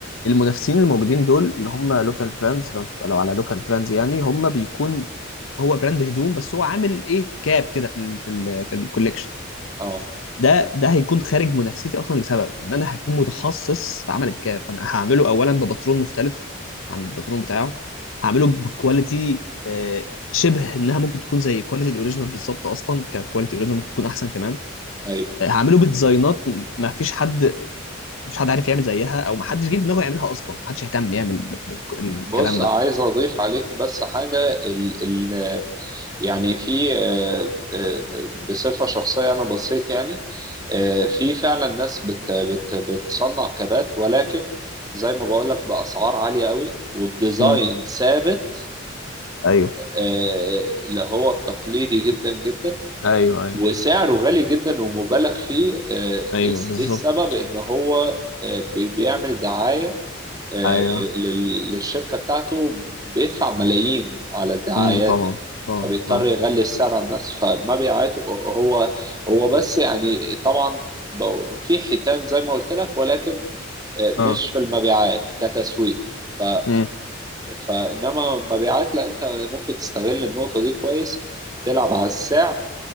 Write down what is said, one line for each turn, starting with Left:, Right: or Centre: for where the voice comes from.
Left: المنافسين الموجودين دول اللي هم لوكال براندز لو تبقى لو على لوكال براندز يعني هم بيكون هو براند هدوم بس هو عامل ايه كاب كده في ال في ال في الكوليكشن
Right: آه.
Left: ده ده هيكون خارج منافستي اصلا لسبب ان انا هكون متخصص في عمل الكاب فانا هعمله اولا بباترون مختلف عن الباترون بتاعه هعمله بكواليتي آه، شبه انها ممكن تكون زي كواليتي الاوريجينال بالظبط اصلا ككواليتي الاوريجينال ممكن تكون احسن كمان
Right: طيب
Left: آه، هعمله بديزاينات ما فيش حد ما فيش حد عارف يعمل زيها او ما حدش جه في دماغه يعملها اصلا ما حدش اهتم يعمل ب- ب- بك- الكلام
Right: بص عايز
Left: ده
Right: اضيف عليك بس حاجه ال ال يعني في آه، آه، بصفة شخصية أنا بصيت يعني آه، في فعلا ناس بت بت بتصنع كبات ولكن زي ما بقول لك بأسعار عالية قوي والديزاين
Left: امم
Right: ثابت
Left: ايوه
Right: آه، اللي هو التقليدي جدا جدا
Left: ايوه ايوه
Right: وسعره غالي جدا ومبالغ فيه آه، ايه
Left: ايوه بالظبط
Right: إيه السبب ان هو آه، بي- بيعمل دعاية آه،
Left: ايوه
Right: لل- لل- للشركة بتاعته بيدفع ملايين على الدعايات
Left: امم طبعا طبعا
Right: فبيضطر
Left: اه
Right: يغلي السعر على الناس فما بيعيط هو هو بس يعني طبعا ب- في حيتان زي ما قلت لك ولكن آه، مش
Left: اه
Right: في المبيعات كتسويق ف
Left: امم
Right: فانما المبيعات لا انت ممكن تستغل النقطه دي كويس تلعب على السعر